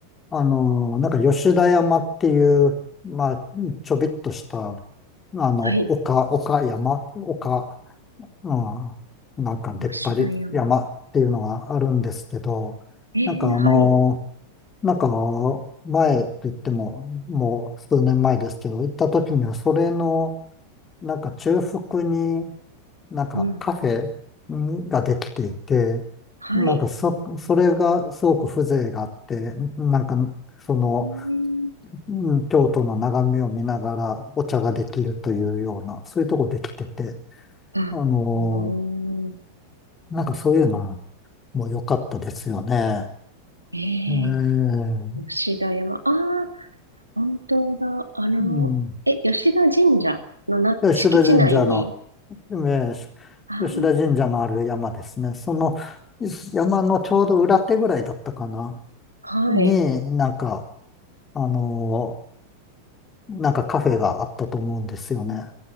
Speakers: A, on the left (about 20°); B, on the right (about 80°).
A: あの、なんか吉田山っていう、まあ、ちょびっとした、あの、
B: はい。
A: 丘、丘山、丘、うん、なんか出っ張り山っていうのがあるんですけど、
B: 吉田山。ええはい。
A: なんかあの、なんか前と言っても、もう数年前ですけど、行った時にはそれの、なんか中腹になんかカフェんができていて、
B: うん。はい。
A: なんかそ、それがすごく風情があって、なんかその、
B: ええ
A: うん、京都の眺めを見ながらお茶ができるというような、そういうとこできてて、
B: あ、
A: あのー
B: おー。
A: なんかそういうのも良かったですよね。
B: ええ
A: ええう
B: 吉田山。ああ、本当だ。あの、
A: ん。
B: え、吉田神社のな、
A: 吉田神社の、
B: 敷地内に。
A: えー
B: ああ、
A: 吉田神社のある山ですね。その山のちょうど裏手ぐらいだったかな、
B: はい。
A: になんか、あのーなんかカフェがあったと思うんですよね。